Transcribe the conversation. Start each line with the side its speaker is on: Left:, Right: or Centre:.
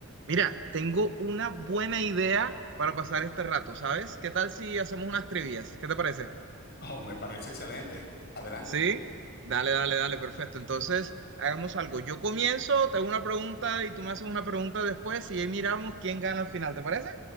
Right: Mira, tengo una buena idea para pasar este rato, ¿sabes? ¿Qué tal si hacemos unas trivias? ¿Qué te parece?
Left: Oh, me parece excelente. Adelante.
Right: ¿Sí? Dale, dale, dale, perfecto. Entonces, hagamos algo. Yo comienzo, te hago una pregunta y tú me haces una pregunta después y ahí miramos quién gana al final, ¿te parece?